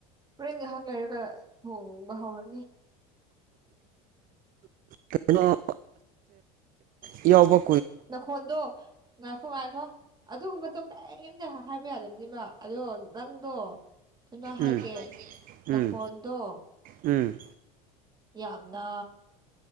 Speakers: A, on the right; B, on the right.
A: ꯍꯣꯔꯦꯟ ꯉꯥꯏꯍꯥꯛ ꯂꯩꯔꯒ ꯊꯣꯡꯕ ꯍꯧꯔꯅꯤ
B: ꯀꯩꯅꯣ ꯌꯧꯕ
A: ꯅꯈꯣꯟꯗꯣ ꯉꯥꯏꯈꯣ ꯉꯥꯏꯈꯣ ꯑꯗꯨꯒꯨꯝꯕꯗꯣ ꯀꯩꯝꯇ ꯍꯥꯏꯕ ꯌꯥꯗꯕꯅꯦꯕ ꯑꯗꯣ ꯅꯪꯗꯣ ꯀꯩꯅꯣ ꯍꯥꯏꯒꯦ
B: ꯎꯝ
A: ꯅꯈꯣꯟꯗꯣ
B: ꯎꯝ ꯎꯝ
A: ꯌꯥꯝꯅ